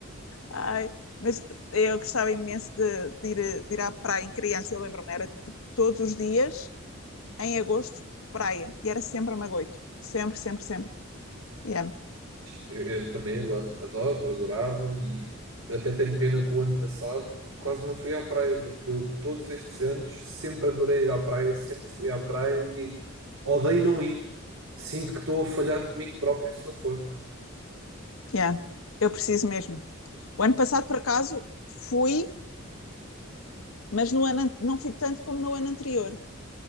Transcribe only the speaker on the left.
Ai, mas eu gostava imenso de, de ir, de ir à praia em criança, eu lembro-me, era tipo, todos os dias, em agosto, praia, e era sempre a Magoito, sempre, sempre, sempre. Yeah,
yeah. Eu preciso mesmo. O ano passado, por acaso, fui, mas no ano, an- não fui tanto como no ano anterior.